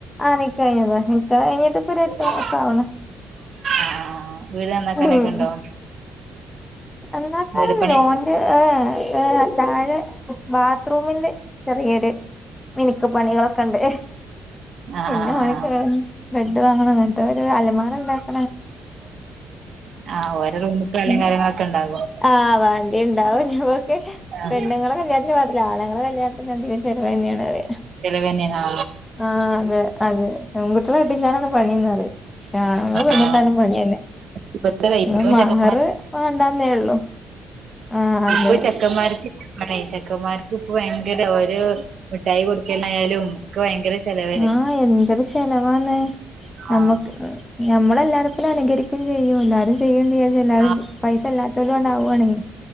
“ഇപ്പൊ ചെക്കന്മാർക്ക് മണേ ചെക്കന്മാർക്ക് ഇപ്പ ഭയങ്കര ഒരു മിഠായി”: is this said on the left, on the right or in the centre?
Right